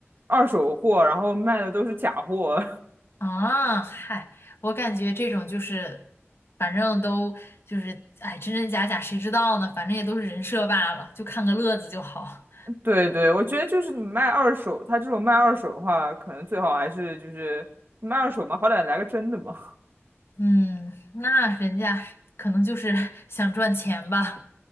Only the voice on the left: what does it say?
啊，嗨，我感觉这种就是，反正都就是，哎，真真假假谁知道呢？反正也都是人设罢了，就看个乐子就好。
嗯，那人家可能就是 <laughs> 想赚钱吧，